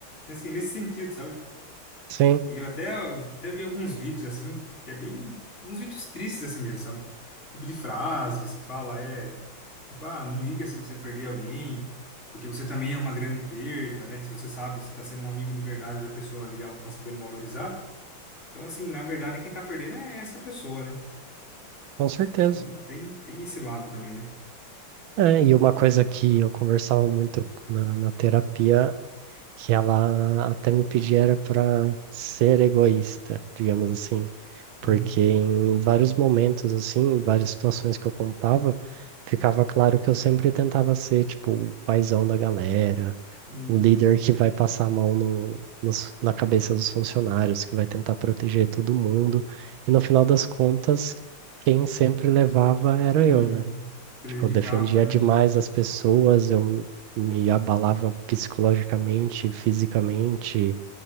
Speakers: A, on the left; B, on the right.
A: Assim, nesse sentido, sabe?
B: Sim,
A: E eu até, até vi alguns vídeos assim, que é bem. Uns vídeos tristes assim mesmo, sabe? Tipo de frases que fala, é. Tipo, ah, não liga se você perder alguém, porque você também é uma grande perda, né? Se você sabe, se tá sendo um amigo de verdade da pessoa ali, ela não tá sabendo valorizar. Então, assim, na verdade, quem tá perdendo é essa pessoa, né?
B: com certeza.
A: Então, tem, tem esse lado também, né?
B: É, e uma coisa que eu conversava muito na, na terapia, que ela até me pedia era para ser egoísta, digamos assim. porque
A: Uhum,
B: em vários momentos, assim, em várias situações que eu contava, ficava claro que eu sempre tentava ser, tipo, o paizão da galera,
A: uhum,
B: o líder que vai passar a mão no, nos- na cabeça dos funcionários, que vai tentar proteger todo mundo. E no final das contas, quem sempre levava era
A: uhum.
B: eu, né?
A: Prejudicava,
B: Tipo, eu defendia
A: né?
B: demais as pessoas, eu me abalava psicologicamente, fisicamente,